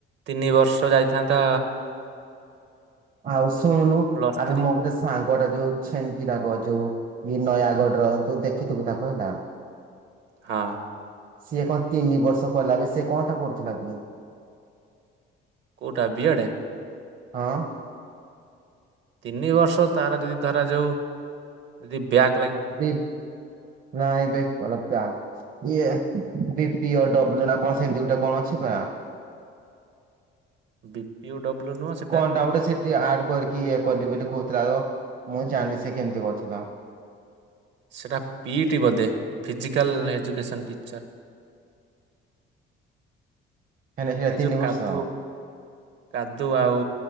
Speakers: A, on the right (about 60°); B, on the right (about 45°).
A: ତିନି ବର୍ଷ ଯାଇଥାନ୍ତା।
B: ଆଉ ଶୁଣୁନୁ
A: ପ୍ଲସ୍
B: ଆରେ
A: ଥ୍ରୀ
B: ମୋ ଗୋଟେ ସାଙ୍ଗଟା ଯୋଉ ଛେନ୍ଙ୍କିଟକ ଯୋଉ ଇଏ ନୟାଗଡ଼ର ତୁ ଦେଖିଥିବୁ ତାକୁ ହେଲା
A: ହଁ।
B: ସିଏ କଣ ତିନି ବର୍ଷ କଲାବି ସିଏ କଣଟା କରୁଥିଲାକି?
A: କୋଉଟା ବିି ଏ ଡ଼େ?
B: ହଁ।
A: ତିନି ବର୍ଷ ତାର ଯଦି ଧରାଯାଉ ଯଦି ବ୍ୟା
B: <unintelligible> ଇଏ ବି ପିଡବ୍ଲୁ ନା କଣ ସେମିତି ଗୋଟେ କଣ ଅଛି ବା
A: ବି ପିଓ ବ୍ଲୁ ନୁହଁ ସେ
B: କଣଟା ଗୋଟେ ସେଠି ଆଡ କରିକି ଇଏ କଲି ବୋଲି କହୁଥିଲା ତ ମୁଁ ଜାଣି ସେ କେମିତି କରଥିଲା।
A: ସେଇଟା ପିଇଟି ବୋଧେ ଫିଜିକାଲ୍ ଏଜୁକେସନ୍ ଟିଚର୍।
B: ହେଲେ ସେଟା
A: ଏଇ
B: ତିନି
A: ଯୋଉ
B: ବର୍ଷ
A: କାଦୁ କାଦୁ ଆଉ